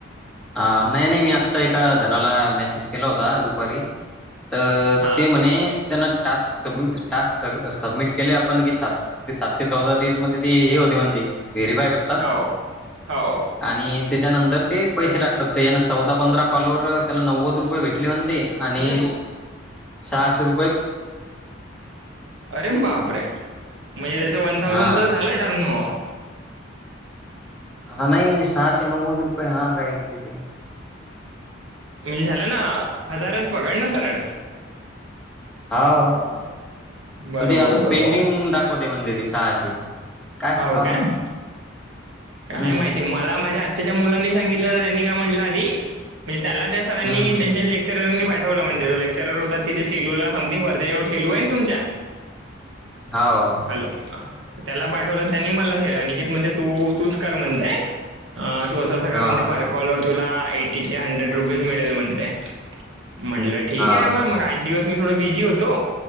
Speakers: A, in the centre; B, on the right (about 75°).
A: आ नाही नाही मी आत्ता एका जणाला मेसेज केला होता दुपारी त
B: हा
A: ते म्हणे त्यांना टास्क स टास्क सबमिट केले आपण की सात ते सात ते चौदा दिवस मध्ये ती हे होते म्हणते ते व्हेरीफाय कर
B: हो हो.
A: आणि त्याच्यानंतर ते पैसे टाकतात यान चौदा पंधरा कॉलवर त्याला नव्वद रुपये भेटले म्हणते आणि सहाशे रुपय
B: अरे बापरे! म्हणजे त्याच वन थाउजंड
A: हा
B: तर झालं. Turn over.
A: हा नाही सहाशे नव्वद रुपये हा काय त ते.
B: म्हणजे झाला ना हजारच पकड ना सरळ.
A: हाव
B: बरोबर
A: ते अजून
B: बरोबर
A: पेंडींग दाखवते म्हणते ते सहाशे.
B: हाव
A: सांगाव
B: काय?
A: आता
B: काय
A: हम्म
B: माहिती मला माझ्या आत्याच्या मुलानी सांगितलं त्यांनी काय म्हटलं आधी म्हणजे त्याला त्या सरांनी
A: हम्म
B: त्यांच्या लेक्चरांनी पाठ वला म्हणते तो लेक्चरर होता तिथं शेलूला समथिंग वर्धाच्या वर शेलू आहे ना तुमच्या.
A: हाव.
B: हॅलो त्याला पाठवलं त्यांनी मला हे अनिकेत म्हणते तू तूच कर म्हणतेय. अ तू असं अस कर
A: हा
B: म्हणजे
A: हा
B: पर कॉल वर तुला एटी ते हंड्रेड रुपीज मिळेल म्हणते म्हंटलं ठीक
A: हाव
B: आहे बा
A: काय
B: मग आठ दिवस मी थोडं बिझी होतो